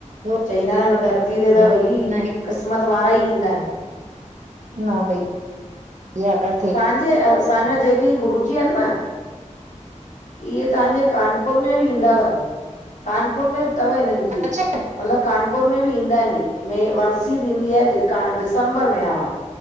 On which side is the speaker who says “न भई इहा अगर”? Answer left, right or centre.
Right